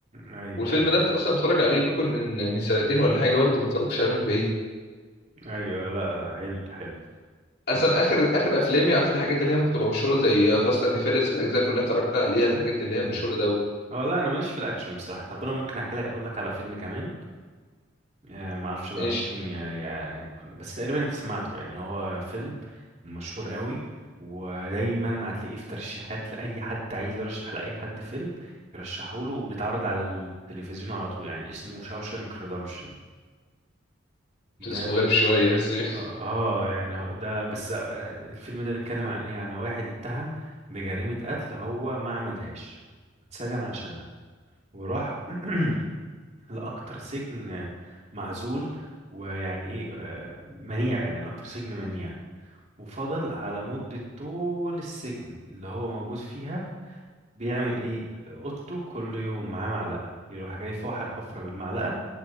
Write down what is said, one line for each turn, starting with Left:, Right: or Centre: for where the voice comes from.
Right: ايوه
Left: والفيلم
Right: ايوه
Left: ده أصلا اتفرج عليه ممكن من من سنتين ولا حاجة برضه ما اتفرجتش عليه من بعيد
Right: ايوه لا لا حلو حلو
Left: اصلا اخر اخر افلامي عارف الحاجات اللي هي ممكن تبقى مشهوره زي فاست اند فيرس الاجزاء كلها اتفرجت عليها
Right: مم.
Left: الحاجات اللي هي المشهوره ده
Right: هو لا انا ماليش في الاكشن بصراحه طب انا ممكن احكي لك اقول لك على فيلم كمان آه ما اعرفش بقى
Left: ماشي
Right: ممكن ي- ي- يكون بس تقريبا انت سمعته يعني إن هو فيلم مشهور قوي ودايما هتلاقيه في ترشيحات لاي حد عايز يرشح لاي حد فيلم يرشحه له وبيتعرض على التلفزيون على طول يعني اسمه شاوشانك ريدمشن ده
Left: اسمه
Right: بي
Left: غريب شويه بس <laughs> ماشي.
Right: اه آه، يعني هو ده بس آه، الفيلم ده بيتكلم عن ايه عن واحد اتهم بجريمة قتل هو ما عملهاش واتسجن عشانها وراح <clears throat> لأكتر سجن معزول ويعني إيه آه، منيع يعني أكتر سجن منيع وفضل على مدة طول السجن اللي هو موجود فيها بيعمل إيه آه، أوضته كل يوم معاه معلقة يروح جاي فاحر حفرة بالمعلقة